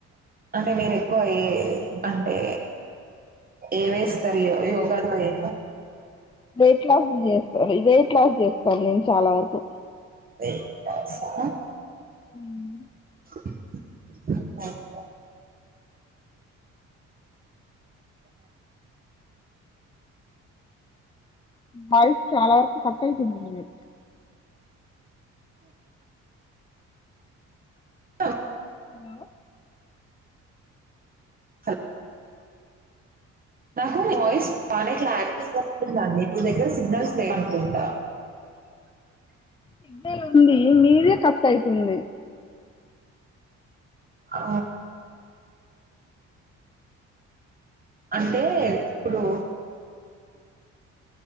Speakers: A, on the right; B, on the left.
A: అంటే మీరు ఎక్కువ ఏ అంటే ఏ వేస్ సరే యోగా చేయ్
B: వెయిట్ లాస్ చేస్తారు వెయిట్ లాస్ చేస్తాను నేను చాలా వరకు.
A: వెయిట్ లాసా
B: మ్
A: అ బాన్నవ
B: వాయిస్ చాలా వరకు కట్ అయితుంది నీది
A: ఆ
B: హలో
A: హ నాకు వాయిస్ బాగానే క్లారిటీ వస్తుంది అండి మీ దగ్గర సిగ్నల్స్ లేవనుకుంటా
B: సిగ్నల్ ఉంది మీదే కట్ అయితుంది
A: ఆ అంటే ఇప్పుడు